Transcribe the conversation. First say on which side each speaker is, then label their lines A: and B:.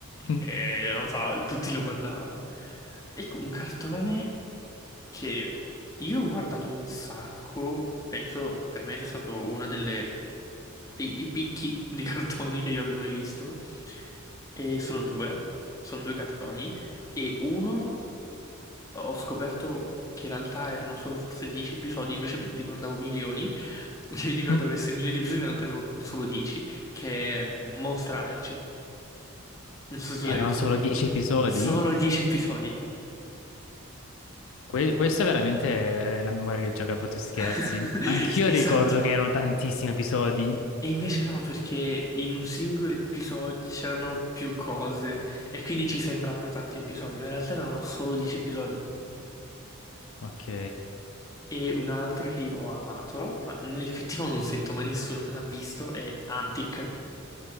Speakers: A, on the left (about 65°); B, on the left (about 15°).
A: Mm.
B: e non so, tutti lo guardavano. Ecco, un cartone che Io ho guardato un sacco, penso per me sia stato una delle dei, dei picchi di <laughs> cartoni che io abbia mai visto. E sono due, sono due cartoni. E uno ho scoperto che in realtà erano solo forse 10 episodi, invece me ne ricordavo milioni. <laughs> Mi ricordavo
A: Mm.
B: che se milioni di episodi, in realtà erano solo 10, che è Monster Allergy. Non so se tu
A: Erano
B: l'hai visto
A: solo
B: da piccola.
A: dieci episodi?
B: Solo 10 episodi.
A: Que- questa è veramente è la memoria che gioca a brutti scherzi.
B: <laughs>
A: Anch'io
B: Esatto.
A: ricordo che erano tantissimi episodi.
B: E invece no, perché in un singolo episodio c'erano più cose e quindi ci sembravano tanti episodi, ma in realtà erano solo 10 episodi.
A: Ok,
B: E un altro che io ho amato, ma nell'effettivo non sento mai nessuno che l'ha visto, è Antic.